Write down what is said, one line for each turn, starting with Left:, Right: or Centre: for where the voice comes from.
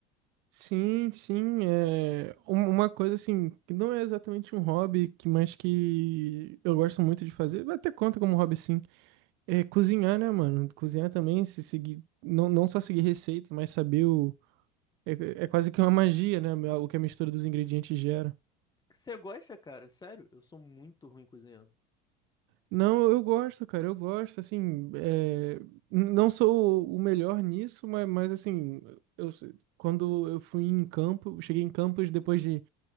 Right: Sim, sim, é um- uma coisa assim, que não é exatamente um hobby, que mas que eu gosto muito de fazer, até conta como hobby sim, é cozinhar, né, mano? Cozinhar também, se seguir, não, não só seguir receita, mas saber o... É, é quase que uma magia, né, o que a mistura dos ingredientes gera.
Left: Você gosta, cara? Sério? Eu sou muito ruim cozinhando.
Right: Não, eu gosto, cara, eu gosto, assim, é, n- não sou o melhor nisso, mas, mas assim, eu, quando eu fui em campo, cheguei em campos depois de